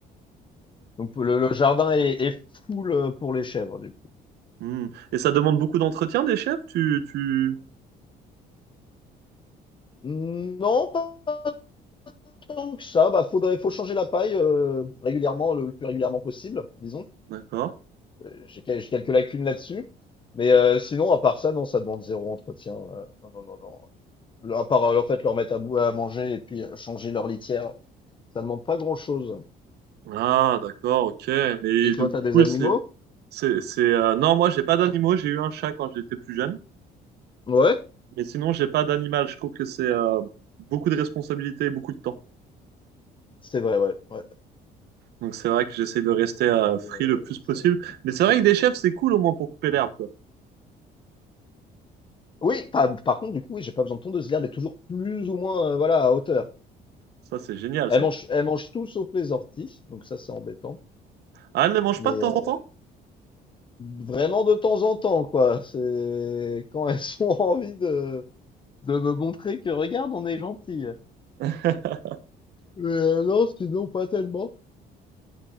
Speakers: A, on the left; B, on the right.
A: Donc le, le jardin est, est full euh, pour les chèvres. du
B: Hmm. Et ça demande beaucoup d'entretien des chèvres, tu, tu...
A: Non, pas tant que ça. Bah, faudrait, faut changer la paille euh, régulièrement, le, le plus régulièrement possible, disons.
B: D'accord.
A: Euh, J'ai quel- j'ai quelques lacunes là-dessus. Mais euh, sinon, à part ça, non, ça demande zéro entretien. euh, non, non, non, non. Le- À part, euh, en fait, leur mettre à bout à manger et puis euh, changer leur litière, ça demande pas grand-chose.
B: Ah, d'accord, ok. Mais
A: Et toi,
B: donc,
A: t'as
B: du
A: des
B: coup,
A: animaux?
B: c'est, c'est, c'est, euh, Non, moi, j'ai pas d'animaux, j'ai eu un chat quand j'étais plus jeune.
A: Ouais.
B: Mais sinon, j'ai pas d'animal. Je trouve que c'est euh, beaucoup de responsabilités et beaucoup de temps.
A: C'est vrai, ouais. Ouais,
B: Donc c'est vrai que j'essaie de rester euh, free
A: c'est vrai.
B: le
A: euh,
B: plus possible.
A: c'est
B: Mais c'est vrai
A: c'est exactement
B: que des chefs,
A: ça.
B: c'est cool au moins pour couper l'herbe, quoi.
A: Oui, par, par contre, du coup, oui, j'ai pas besoin de tondeuse l'herbe mais toujours plus ou moins euh, voilà, à hauteur.
B: Ça, c'est génial,
A: Elle
B: ça.
A: mange, elle mange tout sauf les orties, donc ça c'est embêtant.
B: Ah, elle ne mange
A: Mais
B: pas de temps
A: euh,
B: en temps?
A: vraiment de temps en temps, quoi. C'est quand elles <laughs> ont envie de, de me montrer que regarde, on est gentil.
B: <laughs>
A: Mais euh, non, sinon pas tellement.